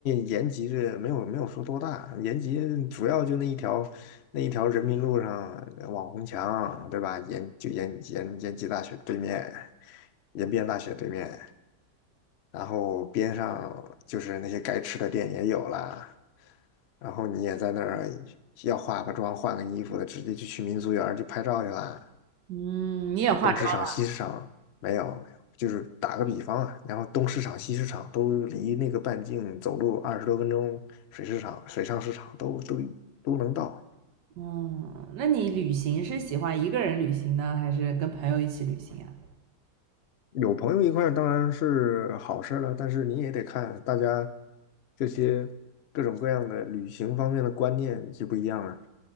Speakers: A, on the left; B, on the right.
A: 延吉这没有没有说多大，延吉主要就那一条那一条人民路上呃网红墙，对吧？延就延延延吉大学对面，延边大学对面。然后边上就是那些该吃的店也有啦，然后你也在那儿要化个妆、换个衣服的，直接就去民族园儿去拍照去啦。
B: 嗯，你也化妆了。
A: 啊，东市场、西市场没有没有，就是打个比方啊，然后东市场、西市场都离那个半径走路二十多分钟，水市场、水上市场都都都能到。
B: 嗯，那你旅行是喜欢一个人旅行呢，还是跟朋友一起旅行啊？
A: 有朋友一块儿当然是好事儿了，但是你也得看大家这些各种各样的旅行方面的观念就不一样啊。